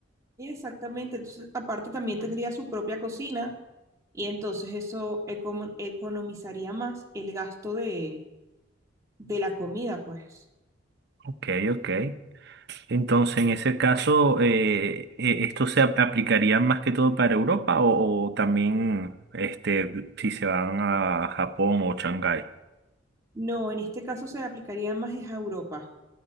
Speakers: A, on the right; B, on the right.
A: Exactamente, entonces aparte también tendría su propia cocina y entonces eso econo- economizaría más el gasto de, de la comida, pues.
B: Ok, ok. Entonces, en ese caso, eh, eh, ¿esto se ap- aplicaría más que todo para Europa o, o también este, si se van a Japón o Shanghái,
A: No, en este caso se aplicaría más es a Europa,